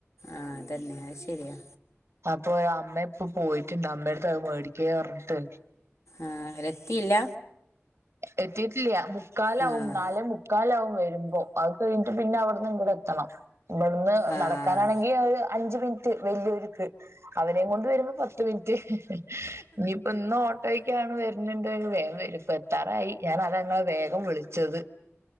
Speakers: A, on the left; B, on the right.
A: ആഹ് അതന്നെ അത് ശരിയാ
B: അപ്പൊ അമ്മ ഇപ്പ പോയിട്ടുണ്ട് അമ്മയടുത്ത് അത് മേടിക്ക് പറഞ്ഞിട്ട്
A: ആഹ് എത്തീല്ല
B: എത്തീട്ടില്ല മുക്കാലാവും
A: ആഹ്
B: നാലെ മു ക്കാലാവും വരുമ്പോ അത് കഴിഞ്ഞിട്ട് പിന്നെ അവിടുന്ന് ഇങ്ങട് എത്തണം ഇബടുന്ന്
A: ആഹ്
B: നടക്കാനാണെങ്കി ആ ഒര് അഞ്ച് മിനിറ്റ് വലിയോരുക്ക് അവനേം കൊണ്ട് വരുമ്പോ പത്ത് മിനിറ്റ് ഇനിയിപ്പ ഇന്ന് ഓട്ടോക്കാണ് വരുന്നുണ്ട വേം വരുംപ്പ ത്താറായി ഞാൻ അതാങ്ങളെ വേഗം വിളിച്ചത്